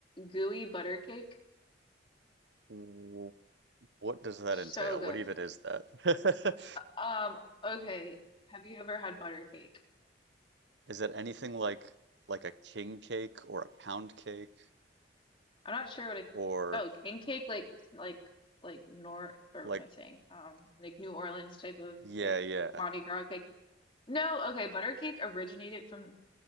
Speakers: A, on the left; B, on the right.
A: gooey butter cake.
B: W- What does that
A: So
B: entail?
A: good.
B: What even is that? <laughs>
A: Um, okay. Have you ever had butter cake?
B: Is that anything like like a king cake or a pound cake
A: I'm not sure what a
B: or
A: oh, king cake like like like nor or
B: like
A: what am I saying? Um, like New Orleans type of
B: yeah,
A: like
B: yeah.
A: Mardi Gras cake. No, okay, butter cake originated from